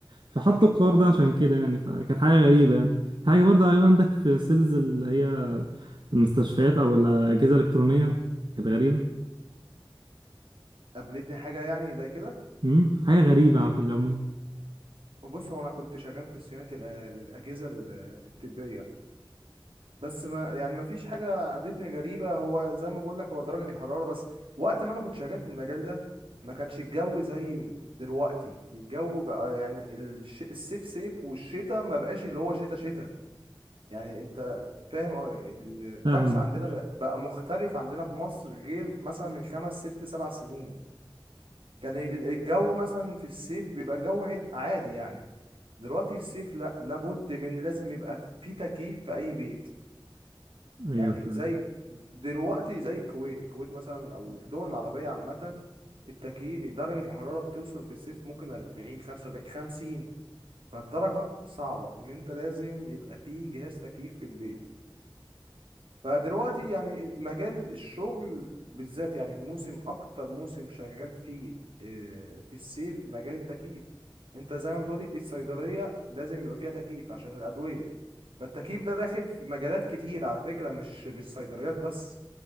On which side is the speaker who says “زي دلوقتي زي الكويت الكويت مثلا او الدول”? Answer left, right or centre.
Right